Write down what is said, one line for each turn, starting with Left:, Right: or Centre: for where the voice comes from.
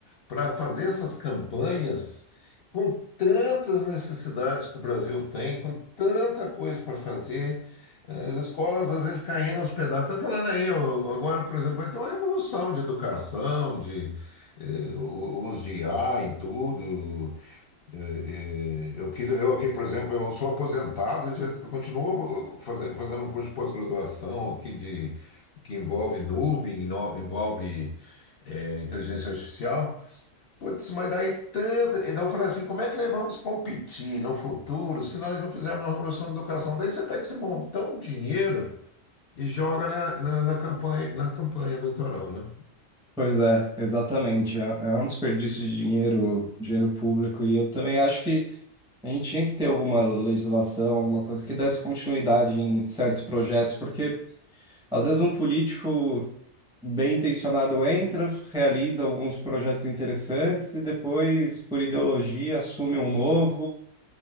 Left: para fazer essas campanhas com tantas necessidades que o Brasil tem, com tanta coisa para fazer, as escolas às vezes caindo aos pedaços. Tá falando aí, ó, agora, por exemplo, vai ter uma revolução de educação, de eh, o uso de IA em tudo, e- e eu aqui, eu aqui, por exemplo, eu sou aposentado e já- eu continuo fazendo, fazendo um curso de pós-graduação aqui de, que envolve nuvem, ino- envolve é, inteligência artificial. Putz, mas daí tanta. Então eu falei assim, como é que nós vamos competir no futuro se nós não fizermos uma revolução da educação? Daí você pega esse montão de dinheiro e joga na, na, na campanha, na campanha eleitoral, né?
Centre: Pois é, exatamente. É, é um desperdício de dinheiro, dinheiro público, e eu também acho que. A gente tinha que ter alguma legislação, alguma coisa que desse continuidade em certos projetos, porque Às vezes um político bem intencionado entra, realiza alguns projetos interessantes e depois, por ideologia, assume um novo,